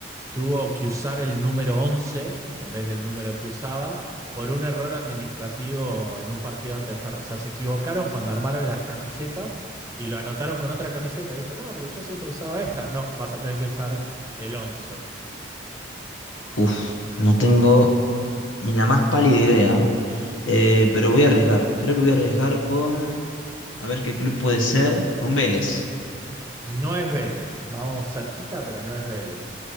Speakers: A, on the right; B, on the left.
A: tuvo que usar el número 11 en vez del número que usaba por un error administrativo en un partido antes de Ferro. O sea, se equivocaron cuando armaron las camisetas y lo anotaron con otra camiseta. Dijo, no, pero yo siempre usaba esta. No, vas a tener que usar el 11.
B: Uf, no tengo ni la más pálida idea, eh, pero voy a arriesgar. Creo que voy a arriesgar con... A ver qué club puede ser. Con Vélez.
A: No es Vélez. Vamos cerquita, pero no es Vélez.